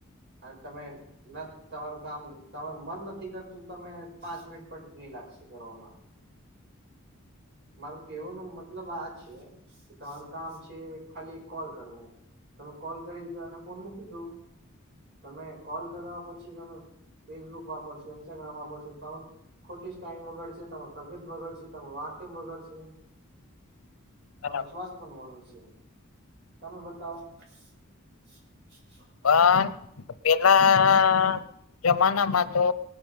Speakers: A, on the right; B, on the left.
A: અને તમે ના, તમારું કામ તમારું મન નથી કરતું, તમે પાંચ મિનિટ પર નહી લાગશે કરવામાં. મારું કેવાનું મતલબ આ છે કે, તમારું કામ છે, ખાલી. કોલ કરવો, તમે કોલ કરી દો ને, ફોન મૂકી દો. તમે કોલ કરવા, પછી તમે ફેસબુક વાપરશો, ઇન્સ્ટાગ્રામ વાપરશો, તમારું ખોટી જ ટાઈમ બગડશે, તમારી તબિયત બગડશે, તમારું આંખો બગડશે‌.
B: બરાબર.
A: તમારું સ્વાસ્થ પણ વળું છે, તમે બતાવો. <unintelligible>
B: પણ પેલા જમાનામાં તો